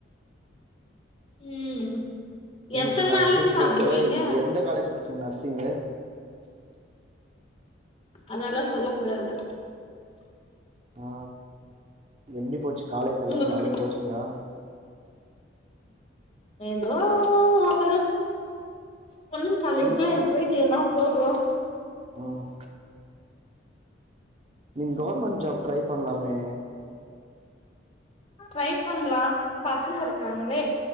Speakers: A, on the left; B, on the right.
A: ம்
B: உங்களுக்கு
A: எத்தன்
B: நர்சிங்
A: நாளுன் சாப்டுவீங்க
B: கோர்ஸ் எல்லா எந்த காலேஜ் படிச்சீங்க நர்சிங்கு
A: அதல்லா சொல்ல கூடாது
B: ஆ எப்டி போச்சு காலேஜ் எல்லா
A: உங்களுக்கு
B: ஜாலியா போச்சுங்களா
A: ஏதோ ஒரு அளவுக்கு பொண்ணுங்க காலேஜ்ல
B: நீங்
A: என்ன போயி ட்டு என்ன புரோஜனொ
B: ம் நீங்க கவர்மெண்ட் ஜாப் ட்ரை பண்லாமே
A: ட்ரை பண்லா பசங்க இருக்காங்களே